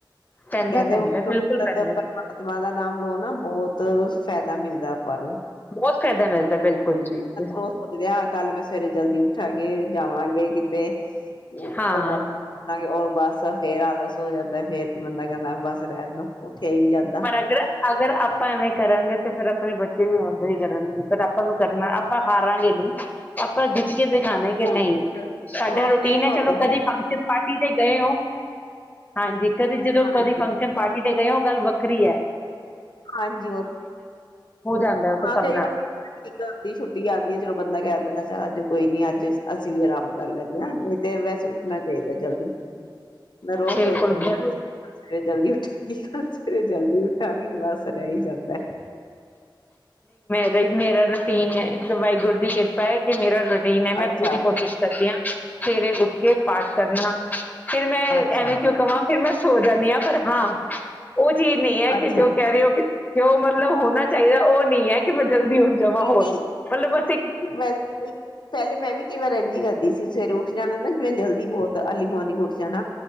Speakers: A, on the left; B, on the left.
A: ਪੈਂਦਾ
B: ਕਹਿੰਦੇ
A: ਪੈਂਦਾ
B: ਉਠੱ
A: ਬਿਲਕੁਲ
B: ਕੇ
A: ਪੈਂਦਾ
B: ਪ੍ਰਮਾਤਮਾ ਦਾ ਨਾਮ ਲੋਓ ਨਾ ਬਹੁਤ ਤਾਂ ਫ਼ਾਇਦਾ ਮਿਲਦਾ ਆਪਾਂ ਨੂੰ
A: ਬਹੁਤ ਫ਼ਾਇਦਾ ਮਿਲਦਾ ਬਿਲਕੁਲ ਠੀਕ ਏ
B: ਰੋਜ਼ ਸੋਚਦੇ ਆ ਕੱਲ ਮੈਂ ਸਵੇਰੇ ਜਲਦੀ ਉੱਠਾਂਗੇ ਜਾਵਾਂਗੇ ਕਿਤੇ
A: ਹਾਂ
B: ਪਰਮਾਤਮਾ ਕਰਾਂ ਗਾ ਬਸ ਫੇਰ ਆਲਸ ਸੋ ਜਾਂਦਾ ਫੇਰ ਬੰਦਾ ਕਹਿੰਦਾ ਬਸ ਰਹਿਣ ਦੋ ਉੱਠਿਆ ਹੀ ਨਹੀਂ ਜਾਂਦਾ।
A: ਪਰ ਅਗਰਾ ਅਗਰ ਆਪਾਂ ਐਵੇਂ ਕਰਾਂਗੇ ਤੇ ਫਿਰ ਆਪਣੇ ਬੱਚੇ ਵੀ ਉੱਦਾਂ ਹੀ ਕਰਨਗੇ ਫਿਰ ਆਪਾਂ ਨੂੰ ਕਰਨਾ ਆਪਾਂ ਹਾਰਾਂਗੇ ਨਹੀਂ ਆਪਾਂ ਜ ਦਿ ਖਾਣਾ ਕਿ
B: ਉਹ
A: ਨਹੀਂ
B: ਤਾਂ ਹੈ।
A: ਸਾਡਾ
B: ਹਾਂ
A: ਰੂਟੀਨ
B: ਨਹੀਂ
A: ਹੈ
B: ਉਹ
A: ਚਲੋ
B: ਤਾਂ
A: ਕਦੇ ਫੰਕਸ਼ਨ ਪਾਰਟੀ ਤੇ ਗਏ ਹੋ ਹਾਂਜੀ ਕਦੇ ਜਦੋਂ
B: ਹਾਂਜੀ
A: ਕਦੇ ਫੰਕਸ਼ਨ ਪਾਰਟੀ ਤੇ ਗਏ ਹੋ ਗੱਲ ਵ ਕ੍ਰਆ
B: ਹਾਂਜੀ ਉਹ
A: ਹੋ ਜਾਂਦਾ ਉਹ ਤਾਂ
B: ਹਾਂ ਕਈ
A: ਸਭ ਨਾਲ
B: ਵਾਰ ਇਕ ਅੱਦੀ ਛੁੱਟੀ ਆਦੀ ਹੈ ਚਲੋ ਬੰਦਾ ਕਹਿ ਮੈ ਕੈ ਚੱਲ ਅੱਜ ਕੋਈ ਨੀ ਅੱਜ ਅਸੀਂ ਵੀ ਆਰਾਮ ਕਰ ਲੈਂਦੇ ਹਾਂ ਨਹੀਂ ਤੇ ਵੈਸੇ ਉੱਠਣਾ ਚਾਹੀਦਾ ਜਲਦੀ ਮੈਂ ਰੋਜ਼
A: ਬਿਲਕੁਲ
B: ਸੋਚਦੀ
A: ਬਹੁਤ
B: ਹਾਂ ਸਵੇਰੇ ਜਲਦੀ ਉੱਠਆ ਕੀ ਕੱਲ ਸਵੇਰੇ ਜਲਦੀ ਉੱਠਾਗੀ ਬਸ ਰਾਹੀ ਜਾਂਦਾ
A: ਰਾਹੀ ਮੇਰਾ ਰਸੀ ਕਿ ਮੈ ਵਾਹਿਗੁਰੂ ਦੀ ਕਿਰਪਾ ਹੈ ਕਿ ਮੇਰਾ ਰੂਟੀਨ ਹੈ ਮੈਂ
B: ਅੱਛਾ,
A: ਪੂਰੀ ਕੋਸ਼ਿਸ਼ ਕਰਦੀ ਹਾਂ ਸਵੇਰੇ ਉੱਠ ਕੇ ਪਾਠ ਕਰਨਾ ਫੇਿਰ ਮੈਂ
B: ਅੱਛਾ,
A: ਐ ਵੈ ਕਿੂ ਕਵਾਂ ਫਿਰ ਮੈਂ ਸੋ ਜਾਂਦੀ ਹ ਪਰ ਹਾਂ ਉਹ ਚੀਜ਼ ਨਹੀਂ ਹੈ
B: ਅੱਛਾ।
A: ਕਿ ਜੋ ਕਹਿ ਰਹੇ ਹੋ ਕਿ ਜੋ ਮਤਲਬ ਹੋਣਾ ਚਾਹੀਦਾ ਉਹ ਨਹੀਂ ਹੈ ਕਿ ਜਲਦੀ ਉੱਠ ਜਾਵਾਂ ਹੋਰ
B: ਨਹੀਂ
A: ਮਤ ਲਬ ਬਸ ਇੱਕ
B: ਵੈਸੇ ਪਹਿਲੇ ਮੈਂ ਵੀ ਕਈ ਵਾਰ ਇਹਝ ਕਰਦੀ ਸੀ ਸਵੇਰੇ ਉੱਠ ਜਾਣਾ ਨਾ ਜਿਵੇੈਂ ਜਲਦੀ ਬਹੁਤ ਅਰਲੀ ਮੋਰਨਿੰਗ ਉੱਠ ਜਾਣਾ